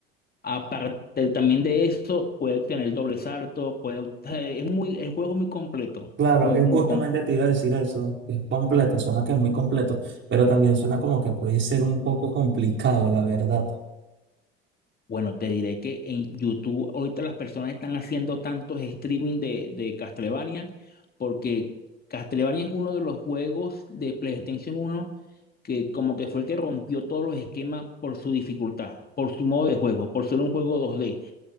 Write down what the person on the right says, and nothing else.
Claro,
es
justamente
te iba a decir eso, que es completo, suena que es muy completo, pero también suena como que puede ser un poco complicado, la verdad.